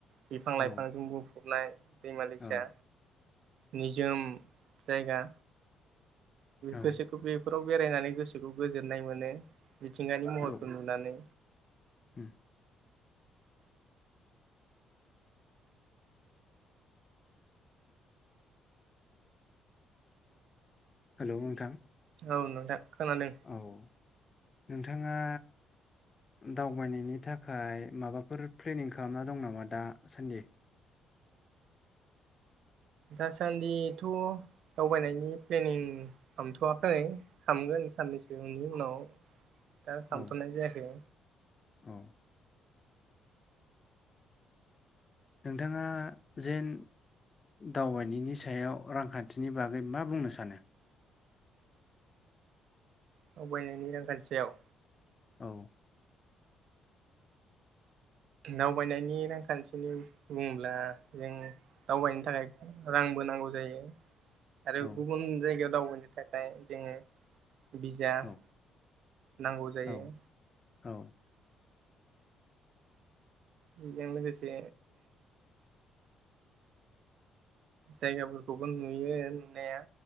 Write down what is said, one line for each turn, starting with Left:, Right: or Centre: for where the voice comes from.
Right: बिफां लाइफांजों
Left: औ
Right: बुंफबनाय। दैमा दैसा
Left: औ
Right: निजोम जायगा
Left: औ
Right: गोसोखौ बेफोराव बेरायनानै गोसोखौ गोजोननाय मोनो मिथिंगानि महरखौ
Left: औ
Right: नुनानै।
Left: <unintelligible> हेलौ नोंथां।
Right: औ नोंथां खोनादों।
Left: औ नोंथाङा दावबायनायनि थाखाय माबाफोर प्लेनिं खालामना दं नामा दा सान्दि?
Right: दासान्दिथ' दावबायनायनि प्लेनिं हामथ'वाखै खामगोन साननैसोनि उनाव दा
Left: औ
Right: खामथ'नाय जायाखै।
Left: औ। नोंथाङा जेन दावबायनायनि सायाव रांखान्थिनि बागै मा बुंनो सानो?
Right: दावबायनायनि रांखान्थियाव
Left: औ
Right: दावबायनायनि रांखान्थिनि बुङोब्ला जों दावबायनो थाखाय रांबो नांगौ जायो। आरो
Left: औ
Right: गुबुन जायगायाव दावबायनो थाखाय जोङो बिजाब
Left: औ
Right: नांगौ जायो।
Left: औ औ
Right: बजों लोगोसे जायगाफोरखौबो नुयो नुनाया।